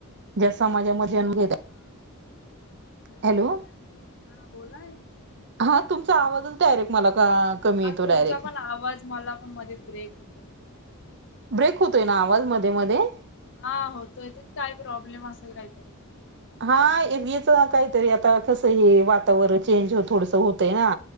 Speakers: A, on the right; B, on the left.
A: ज्या समाजामध्ये जन्म घेत
B: हा बरोबर जास
A: हॅलो
B: सगळ्यांनी हा बोलाय.
A: हा तुमचा <unintelligible> कमी
B: हा
A: येतो
B: तुमचा
A: डायरेक्ट
B: पण आवाज मला पण मध्ये ब्रेक होतोय
A: ब्रेक होतोय
B: हा
A: ना आवाज
B: ब
A: मध्ये मध्ये
B: हा होतो इथ काय प्रॉब्लेम असत <unintelligible>
A: हा एकीच काहीतरी आता कस हे वातावरण चेंज थोडस होतय ना